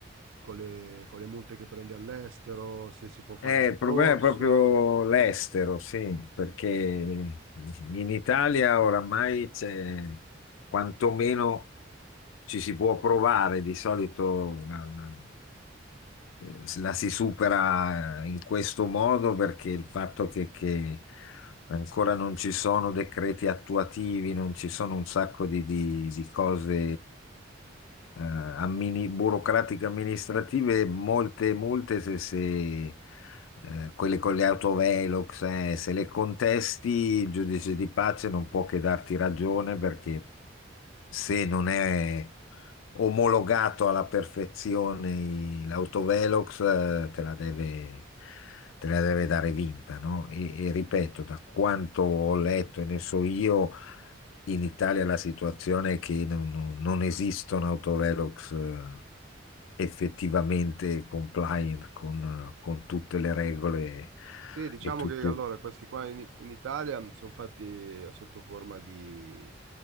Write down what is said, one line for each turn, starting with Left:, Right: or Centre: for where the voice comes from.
Right: con le, con le multe che prendi all'estero, se si può fare
Left: Eh,
Right: ricorso.
Left: il problema è proprio l'estero, sì, perché in Italia oramai c'è quantomeno ci si può provare, di solito la, la- eh, la si supera in questo modo perché il fatto che, che ancora non ci sono decreti attuativi, non ci sono un sacco di di- di cose. eh, ammini- burocratiche amministrative, molte multe se, se, eh, quelle con le autovelox, eh, se le contesti, il giudice di pace non può che darti ragione perché se non è omologato alla perfezione i- l'autovelox, eh, te la deve, te la deve dare vinta, no? E, e ripeto, da quanto ho letto e ne so io, in Italia la situazione è che non, non- non esistono autovelox eh, effettivamente
Right: Sì,
Left: compliant con, con tutte le regole
Right: sì, diciamo
Left: e tutte...
Right: che allora questi qua in, in Italia sono fatti a sotto forma di,